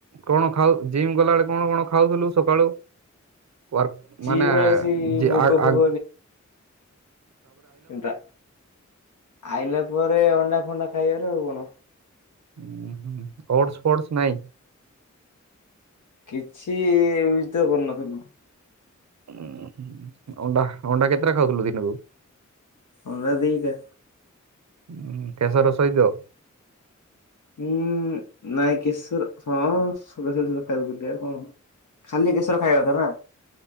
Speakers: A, on the right; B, on the left.
A: କଣ ଖାଉ ଜିମ୍ ଗଲାବେଳେେ କଣ କଣ ଖାଉଥିଲୁ ସକାଳୁ? ୱାର୍କ
B: ସିଏ
A: ମାନେ
B: ପା ସେଇ
A: ଯେ
B: ମୁଗ
A: ଆ
B: ଫୁଗ
A: ଆଗ
B: ଏନ୍ତା ଆଇଲା ପରେ ଅଣ୍ଡା ଫଣ୍ଡା ଖାଇବାର ଆଉ କଣ।
A: ହିଁ ହିଁ ଓଟସ୍ ଫୋଡର୍ସ ନାଇଁ।
B: କିଛି ଇମିତି ତ କରୁନଥିଲୁ।
A: ହୁ ହୁ ଅଣ୍ଡା ଅଣ୍ଡା କେତେଟା ଖାଉଥିଲୁ ଦିନକୁ?
B: ଅଣ୍ଡା ଦୁଇଟା।
A: ହଁ କେଶର ସହିତ।
B: ହୁଁ ନାଇ କେଶର ହଁ ସେ ଶଵ ଶଵର ଖାଇଦଉଥିଲି ଆଉ କଣ? ଖାଲି କେଶର ଖାଇବା କଥା ନା?